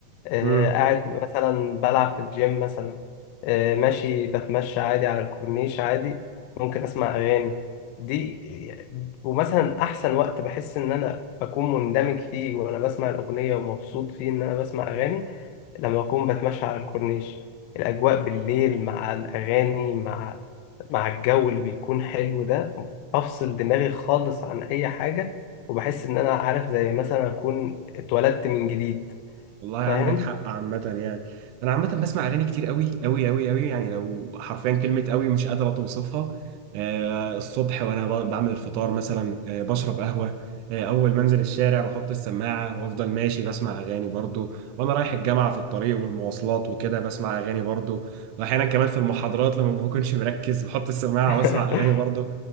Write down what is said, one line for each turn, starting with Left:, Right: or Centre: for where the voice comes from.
Left: آه،
Right: امم.
Left: قاعد مثلا بلعب في الجيم مثلا آه، ماشي بتمشى عادي على الكورنيش عادي ممكن اسمع اغاني دي ومثلا احسن وقت بحس ان انا بكون مندمج فيه وانا بسمع الاغنيه ومبسوط فيه ان انا بسمع اغاني لما اكون بتمشى على الكورنيش الاجواء بالليل مع الاغاني مع مع الجو اللي بيكون حلو ده بفصل دماغي خالص عن اي حاجه وبحس ان انا عارف زي مثلا اكون اتولدت من جديد
Right: والله عندك
Left: فاهم
Right: حق عامة يعني أنا عامة بسمع أغاني كتير أوي أوي أوي أوي يعني لو حرفيا كلمة أوي مش قادرة توصفها آه، الصبح وأنا ب- بعمل الفطار مثلا آه، بشرب قهوة آه، أول ما أنزل الشارع بحط السماعة وأفضل ماشي بسمع أغاني برضو وأنا رايح الجامعة في الطريق والمواصلات وكده بسمع أغاني برضو وأحيانا كمان في المحاضرات لما ما بكونش مركز بحط السماعة
Left: <laughs>
Right: وأسمع أغاني برضو